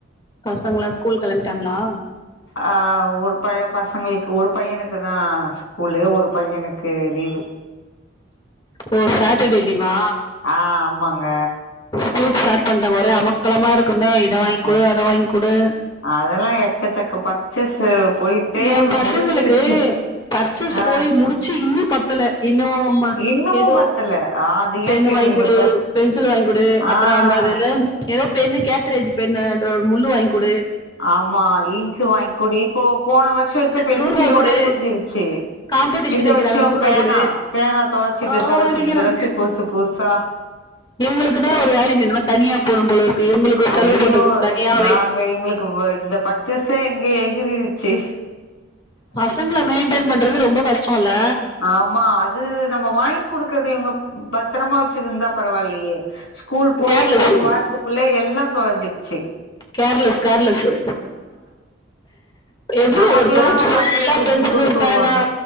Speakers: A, on the left (about 25°); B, on the left (about 85°).
A: பசங்களா ஸ்கூல் கிளம்பிடாங்ளா
B: ஆ ஒரு ப பசங்களுக்கு ஒரு பையனுக்குதா ஸ்கூலு ஒரு பையனுக்கு லீவு
A: ஓ சாட்டர்டே லீவா
B: ஆ ஆமாங்க
A: ஸ்கூல் ஸ்டார்ட் பண்ட்டாங்க ஒரே அமக்கலமா இருக்கு தா இத வாயிங்குடு
B: அஸ்
A: அத வாயிங்குடு
B: அதெல்லா எக்கச்சக்க பர்ச்சேஸ் போயிட்டே
A: ஏ பசங்களுக்கு
B: முடிஞ்சிருச்சு
A: பர்ச்சஸ்
B: ஆ
A: போய் முடுச்சு இன்னு பத்தல இன்னு
B: இன்னமு
A: எதோ
B: பத்தல ஆ அது
A: பென்ன
B: ஏ கேக்குறீங்க
A: வாய்ங்குடு
B: இப்ப
A: பென்சில் வாய்ங்குடு அப்புற
B: ஆ
A: அந்தது என்ன எதோ பேரு கேத்தரேஜ் பென்னு அந்த ஒரு முள்ளு வாயிங்குடு
B: ஆமா இங்க்கு வாங்குடு இப்போ போன வருஷ இருக்கு பென்சிலோட
A: நூறு ரூபா கொடு
B: முடிஞ்சிருச்சு
A: காம்படிஷன்
B: இந்த
A: வைக்கிறாங்க
B: வருஷம்
A: நூறு ரூபா
B: பேனா
A: கொடு
B: பேனா தொலச்சிட்டு
A: சாவடிக்கிறாங்க
B: தொலச்சிட்டு தொலச்சு புசு பூசா
A: இவுங்களுக்குனே ஒரு வேலைக்கு <unintelligible> தனியா <unintelligible>
B: ஐயோ
A: செலவு பண்றதுக்கு தனியாவே
B: நாங்க எங்களுக்கு இந்த பச்சஸே எங்க எகிரிருச்சு
A: பசங்கள மெயின்டென் பண்றது ரொம்ப கஷ்டம் இல்ல
B: ஆமா அ து நம்ம வாங்கி குடுக்குறது இவுங்க பத்திரமா வச்சுருந்தா பரவால்லையே ஸ்கூல் போய்
A: கேர்லெஸ்
B: ஒரு வாரத்துக்குள்ள எல்லா தொலஞ்சிருச்சு
A: கேர்லஸ் கேர்லஸு எவ்ளோ
B: நமக்கெல்லா
A: ஒரு பவுச் ஃபுல்லா
B: நம்மளுக்கு எப்டி
A: பென்சிலு
B: குடுத்து
A: பேனா
B: வுடுவாங்க